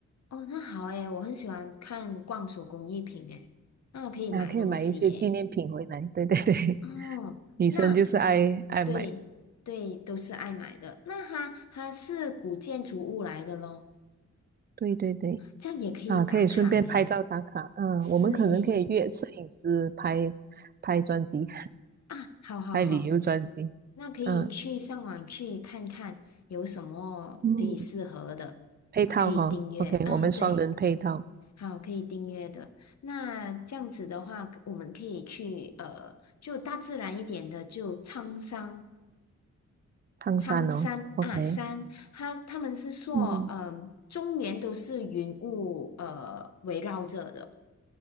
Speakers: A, on the left; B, on the right.
A: 哦，那好诶，我很喜欢看逛手工艺品诶，那我可以买东西耶。
B: 啊，可以买一些纪念品回来。对 <laughs> 对对，
A: 哦，
B: <laughs> 女生就是爱爱买，
A: 那对对，都是爱买的。那它它是古建筑物来的咯，
B: 对对对，
A: 这样也可以打卡嘞。
B: 啊，可以顺便拍照打卡。嗯，
A: 是诶，
B: 我们可能可以约摄影师拍拍专辑。
A: 啊，好好好，
B: 还旅游专辑，
A: 那可以去上网去看看有什么可以适合的，
B: 嗯，嗯配套哈，OK，
A: 呃，可以订阅啊，
B: 我们双人配套
A: 对，好，可以订阅的。那这样子的话，我们可以去呃，就大自然一点的，就苍山。
B: 烫山哦，OK，
A: 苍山啊，山，他他们是说，
B: 嗯，
A: 嗯，终年都是云雾呃围绕着的，